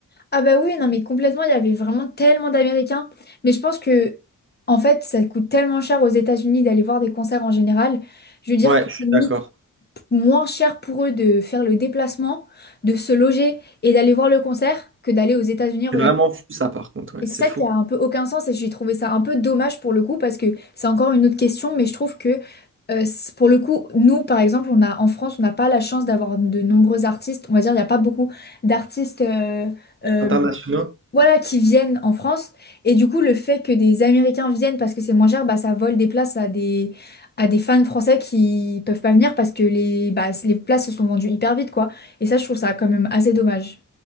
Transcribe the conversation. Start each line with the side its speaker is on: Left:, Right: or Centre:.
Left: Ah bah oui, non, mais complètement, il y avait vraiment tellement d'Américains. Mais je pense que, en fait, ça coûte tellement cher aux États-Unis d'aller voir des concerts en général. Je veux dire
Right: Ouais,
Left: que
Right: je suis
Left: c'est limite
Right: d'accord.
Left: moins cher pour eux de faire le déplacement, de se loger et d'aller voir le concert que d'aller aux États-Unis
Right: C'est vraiment fou, ça, par contre, ouais,
Left: Et c'est
Right: c'est
Left: ça
Right: fou.
Left: qui a un peu aucun sens et j'ai trouvé ça un peu dommage pour le coup parce que c'est encore une autre question, mais je trouve que euh, c- pour le coup, nous par exemple, on a en France, on n'a pas la chance d'avoir de nombreux artistes. On va dire, il n'y a pas beaucoup d'artistes euh, euh,
Right: Internationaux.
Left: voilà, qui viennent en France. Et du coup, le fait que des Américains viennent parce que c'est moins cher, bah, ça vole des places à des, à des fans français qui peuvent pas venir parce que les, bah, les places se sont vendues hyper vite, quoi. Et ça, je trouve ça quand même assez dommage.